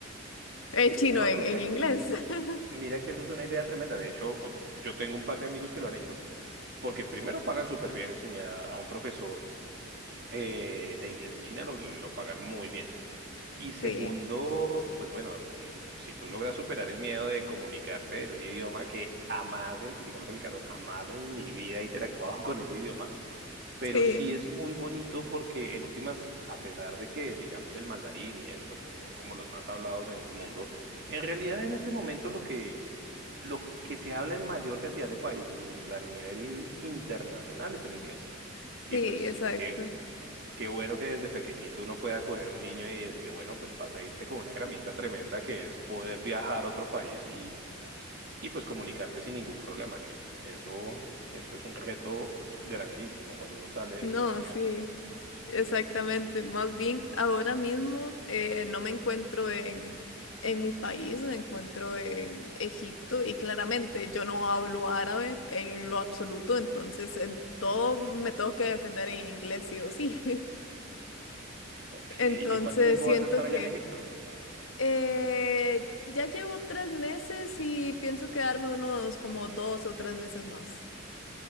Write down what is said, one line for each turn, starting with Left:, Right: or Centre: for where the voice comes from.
Left: En chino,
Right: No,
Left: en,
Right: pero
Left: en
Right: mira
Left: inglés.
Right: que
Left: <laughs>
Right: Mira que eso es una idea tremenda. De hecho, yo tengo un par de amigos que lo han hecho, porque primero pagan súper bien enseñar a un profesor eh, de inglés en China, lo, lo pagan muy bien. Y segundo,
Left: Sí,
Right: pues bueno, mm, si tú logras superar el miedo de comunicarte en un idioma que jamás, en- digamos en mi caso, jamás en mi vida he interactuado <laughs> con ese idioma, pero
Left: sí,
Right: sí es muy bonito porque en últimas, a pesar de que, digamos, el mandarín y esto, pues son como los más hablados en el mundo, en realidad en este momento lo que, lo que se habla en mayor cantidad de países a nivel internacional es el inglés. Y
Left: sí,
Right: pues
Left: exacto.
Right: qué, qué bueno que desde pequeñito uno pueda coger a un niño y decirle, bueno, pues vas a irte con una herramienta tremenda que es poder viajar a otro país y y pues comunicarte sin ningún problema, que eso, eso es un reto grandísimo cuando uno sale de
Left: No,
Right: su nación.
Left: sí. Exactamente, más bien ahora mismo eh, no me encuentro en, en mi país, me encuentro en Egipto y claramente yo no hablo árabe en lo absoluto, entonces en todo me tengo que defender en inglés sí o sí. <laughs>
Right: Ok,
Left: Entonces
Right: ¿y cuánto tiempo
Left: siento
Right: vas a estar
Left: que
Right: allá en Egipto?
Left: eh, ya llevo tres meses y pienso quedarme unos como dos o tres meses más.